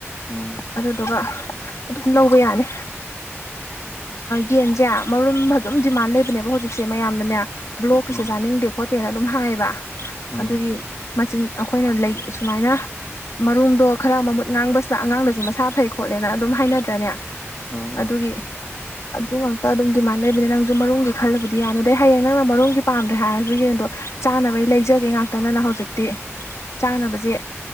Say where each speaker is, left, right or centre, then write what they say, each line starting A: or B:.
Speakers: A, on the left; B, on the left.
A: ꯎꯝ ꯎꯝ
B: ꯑꯗꯨꯗꯨꯒ ꯑꯗꯨꯝ ꯂꯧꯕ ꯌꯥꯅꯤ ꯌꯦꯟꯁꯦ ꯃꯔꯨꯝ ꯑꯗꯨꯝ ꯗꯤꯃꯥꯟ ꯂꯩꯕꯅꯦꯕ ꯍꯧꯖꯤꯛꯁꯦ ꯃꯌꯥꯝꯅꯅꯦ ꯕ꯭ꯂꯣꯛꯀꯤꯁꯦ
A: ꯎꯝ
B: ꯆꯥꯅꯤꯡꯗꯦ ꯈꯣ ꯇꯦꯅ ꯑꯗꯨꯝ ꯍꯥꯏꯌꯦꯕ
A: ꯎꯝ
B: ꯑꯗꯨꯒꯤ ꯃꯆꯤꯟ ꯑꯩꯈꯣꯏꯅ ꯁꯨꯃꯥꯏꯅ ꯃꯔꯨꯝꯗꯣ ꯈꯔ ꯃꯃꯨꯠ ꯉꯥꯡꯕꯁꯤꯅ ꯑꯉꯥꯡꯗꯁꯨ ꯃꯁꯥ ꯐꯩ ꯈꯣꯠꯂꯦꯅ ꯑꯗꯨꯝ ꯍꯥꯏꯅꯗ꯭ꯔꯅꯦ
A: ꯎꯝ
B: ꯑꯗꯨꯒꯤ
A: ꯎ
B: ꯑꯗꯨ ꯉꯥꯛꯇ ꯑꯗꯨꯝ ꯗꯤꯃꯥꯟ ꯂꯩꯕꯅꯤ ꯅꯪꯁꯨ ꯃꯔꯨꯝꯒꯤ ꯈꯜꯂꯕꯨꯗꯤ ꯌꯥꯅꯤ ꯑꯗꯩ ꯍꯌꯦꯡ ꯅꯪꯅ ꯃꯔꯨꯝꯒꯤ ꯄꯥꯝꯗ꯭ꯔꯦ ꯍꯥꯏꯔꯁꯨ ꯌꯦꯡꯗꯣ ꯆꯥꯅꯕꯩ ꯂꯩꯖꯒꯦ ꯉꯥꯛꯇꯅꯅ ꯍꯧꯖꯤꯛꯇꯤ ꯆꯥꯅꯕꯁꯦ